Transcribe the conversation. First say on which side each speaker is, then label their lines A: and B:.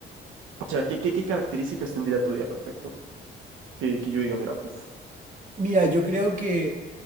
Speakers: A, on the right; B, on the right.
A: O sea, ¿qué, qué, qué características tendría tu día perfecto? Que, que yo diga, mira, puf.
B: Mira, yo creo que